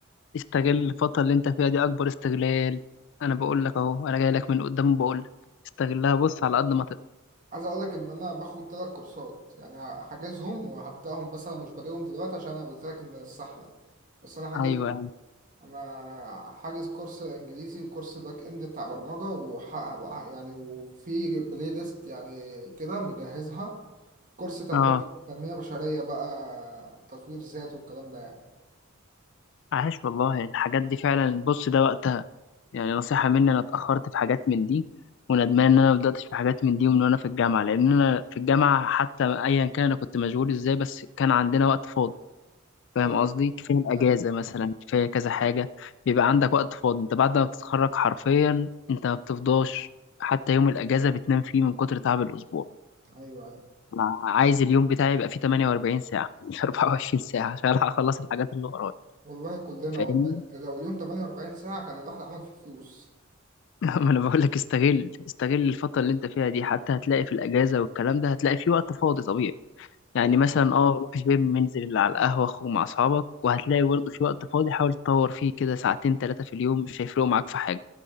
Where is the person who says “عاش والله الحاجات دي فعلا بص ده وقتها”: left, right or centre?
Left